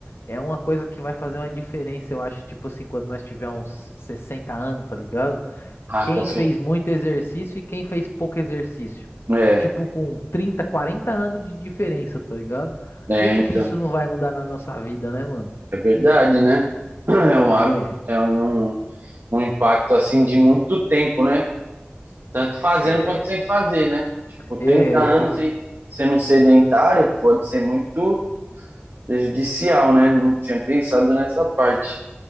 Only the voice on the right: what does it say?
Ah,
com certeza.
É,
é,
então,
é verdade, né? <clears throat> É um, hábito-
é um, um impacto, assim, de muito tempo, né? Tanto fazendo
quanto sem fazer, né? Tipo, 30
anos
sem, sendo sedentário pode ser muito prejudicial, né? Não tinha pensado nessa parte.